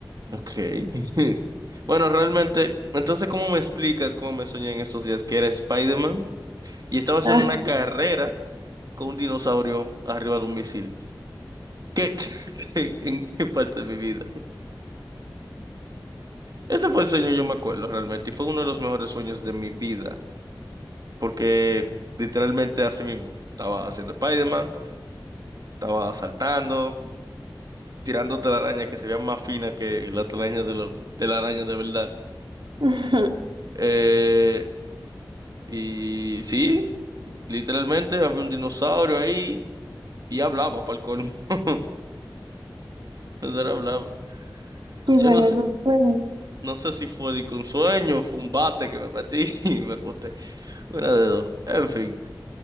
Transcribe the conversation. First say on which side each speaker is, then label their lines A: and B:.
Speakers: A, on the right; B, on the right.
A: ok. <laughs> Bueno, realmente, entonces, ¿cómo me explicas cómo me soñé en estos días que era Spider-Man y estaba haciendo
B: Ah.
A: una carrera con un dinosaurio arriba de un misil? ¿Qué, <laughs> en qué parte de mi vida? Ese fue el sueño, yo me acuerdo realmente, y fue uno de los mejores sueños de mi vida, porque literalmente así mismo, estaba haciendo Spider-Man, estaba saltando. tirando telaraña que se vean más fina que la telaraña de, la- de la araña de verdad.
B: <laughs>
A: Eh, y sí, literalmente había un dinosaurio ahí y hablaba para el colmo. <laughs> O sea, hablaba.
B: ¿Qué
A: Yo
B: son
A: no sé,
B: esos sueños?
A: no sé si fue de que un sueño, fue un bate que me metí <laughs> y me acosté. Una de dos. En fin.